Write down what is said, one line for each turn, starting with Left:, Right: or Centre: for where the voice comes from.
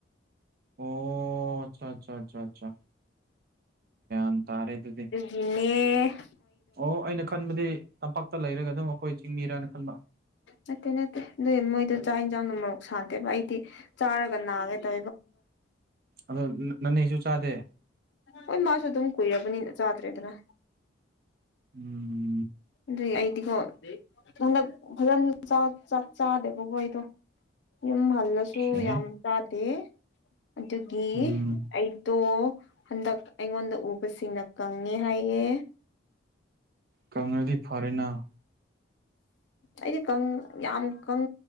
Right: ꯑꯣ ꯑꯆꯥ ꯑꯆꯥ ꯑꯆꯥ ꯑꯆꯥ ꯭ꯟ ꯇꯥꯔꯦ ꯑꯗꯨꯤꯗꯤ
Left: ꯃꯤ
Right: ꯑꯣ ꯑꯩꯅ ꯈꯟꯕꯗꯤ ꯇꯝꯄꯥꯛꯇ ꯂꯩꯔꯒ ꯑꯗꯨꯝ ꯑꯩꯈꯣꯏ ꯆꯤꯡꯃꯤꯔꯅ ꯈꯟꯕ
Left: ꯅꯠꯇꯦ ꯅꯠꯇꯦ ꯑꯗꯨ ꯃꯣꯏꯗꯣ ꯆꯥꯛ ꯌꯦꯟꯁꯥꯡꯅ ꯃꯔꯣꯛ ꯁꯥꯟꯗꯦꯕ ꯑꯩꯗꯤ ꯆꯥꯔꯒꯔꯅꯑ ꯇ
Right: ꯑꯣ ꯅꯅꯦꯁꯨ ꯆꯥꯗꯦ
Left: ꯍꯣꯏ ꯃꯥꯁꯨ ꯑꯗꯨꯝ ꯀꯏꯕꯕꯨ ꯆꯥꯗ꯭ꯔꯦꯗꯅ
Right: ꯎꯝ
Left: ꯑꯗꯨꯏ ꯑꯩꯗꯤꯀꯣ ꯍꯟꯗꯛ ꯐꯖꯅ ꯆꯥꯛ ꯆꯥꯗꯦꯕꯀꯣ ꯑꯩꯗꯣ ꯌꯨꯝ ꯍꯜꯂꯁꯨ
Right: ꯈꯦ
Left: ꯌꯥꯝ ꯆꯥꯗꯦ ꯑꯗꯨꯒꯤ
Right: ꯎꯝ
Left: ꯑꯩꯗꯣ ꯍꯟꯗꯛ ꯑꯩꯉꯣꯟꯗ ꯎꯕꯁꯤꯡꯅ ꯀꯪꯉꯦ ꯍꯥꯏꯌꯦ
Right: ꯀꯪꯂꯗꯤ ꯐꯔꯦꯅ <inaudible>
Left: ꯑꯩꯗꯤ ꯀꯪ ꯌꯥꯝꯝ ꯀꯪ